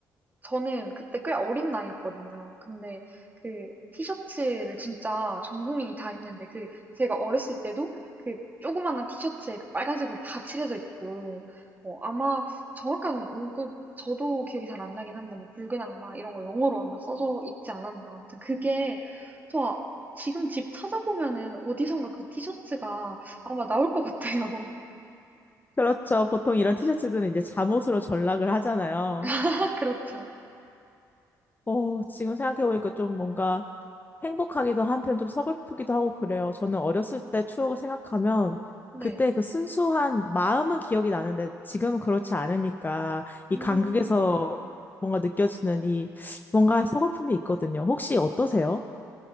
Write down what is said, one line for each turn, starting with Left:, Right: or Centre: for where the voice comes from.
Right: 저는 그때 꽤 어린 나이였거든요. 근데 그 티셔츠를 진짜 전 국민이 다 입는데 그 제가 어렸을 때도 그 조그만한 티셔츠에 그 빨간색으로 다 칠해져 있고 뭐 아마 정확한 문구 저도 기억이 잘 안 나긴 한데 뭐 붉은 악마 이런 거 영어로 아마 써져 있지 않았나. 아무튼 그게 저 아- 지금 집 찾아보면은 어디선가 그 티셔츠가 아마 나올 것 같아요.
Left: 그렇죠. 보통
Right: <laughs>
Left: 이런
Right: 네.
Left: 티셔츠들은 이제 잠옷으로 전락을 하잖아요.
Right: <laughs> 그렇죠.
Left: 어, 지금 생각해보니까 좀 뭔가 행복하기도 한편 좀 서글프기도 하고 그래요. 저는 어렸을 때 추억을 생각하면
Right: 네.
Left: 그때 그 순수한 마음은 기억이 나는데 지금은 그렇지 않으니까 이
Right: 음.
Left: 간극에서 뭔가 느껴지는 이 뭔가 서글픔이 있거든요. 혹시 어떠세요?